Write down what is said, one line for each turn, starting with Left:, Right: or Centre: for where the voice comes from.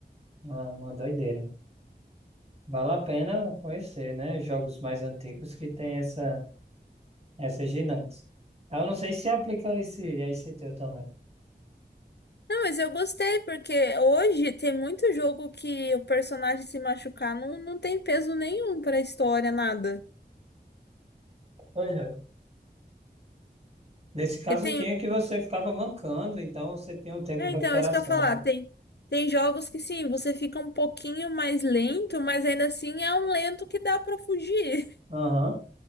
Right: uma, uma doideira. Vale a pena conhecer, né? Jogos mais antigos que tem essa. essas dinâmicas. Eu não sei se aplica esse, esse teu também.
Left: Não, mas eu gostei, porque hoje tem muito jogo que o personagem se machucar não, não tem peso nenhum pra história, nada.
Right: Pois é. Nesse caso,
Left: Porque tem.
Right: tinha
Left: um,
Right: que você ficava mancando, então você tinha um tempo
Left: É,
Right: de recuperação,
Left: então, é isso que eu ia falar.
Right: então.
Left: Tem, tem jogos que sim, você fica um pouquinho mais lento, mas ainda assim é um lento que dá pra fugir.
Right: Aham.